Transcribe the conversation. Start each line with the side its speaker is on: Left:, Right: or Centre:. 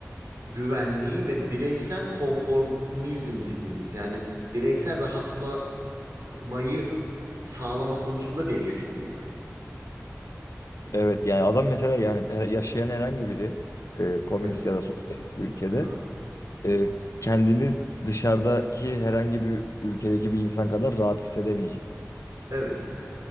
Right: güvenliği ve bireysel konformizm dediğimiz yani bireysel rahatla mayı sağlama konusunda bir eksikliği var.
Left: Evet yani adam mesela yani her- yaşayan herhangi biri e, komünist
Right: Evet.
Left: ya da sosyalist bir ülkede
Right: Hı.
Left: e, kendini dışarıdaki herhangi bir ülkedeki bir insan kadar rahat hissedemeyecek.
Right: Evet.